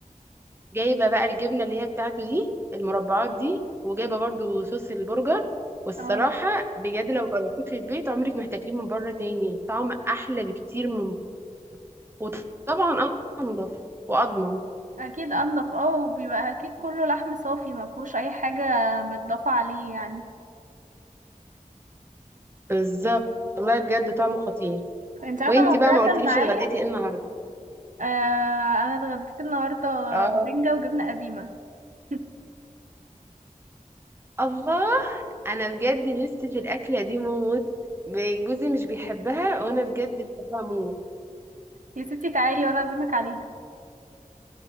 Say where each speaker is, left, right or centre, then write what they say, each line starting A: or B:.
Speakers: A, on the right; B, on the right.
A: جايبه بقى الجبنه اللي هي بتاعته دي المربعات دي وجايبه برضو صوص البرجر والصراحه
B: اه
A: بجد لو جربتيه في البيت عمرك ما هتاكليه من بره تاني طعم احلى بكتير من وطبعا انضف واضمن
B: اكيد انضف اه وبيبقى اكيد كله لحم صافي ما فيهوش اي حاجه متضافه عليه يعني
A: بالظبط والله بجد طعمه خطير
B: انت عارفه
A: وانتي
B: ما
A: بقى
B: بتاكل
A: ما قلتليش
B: معايا
A: اتغديتي ايه النهارده
B: آه انا اتغديت النهارده
A: اه
B: رنجه وجبنه قديمه <laughs>
A: الله انا بجد لسه في الاكله دي موت جوزي مش بيحبها وانا بجد بحبها موت
B: يا ستي تعالي وانا اعزمك عليها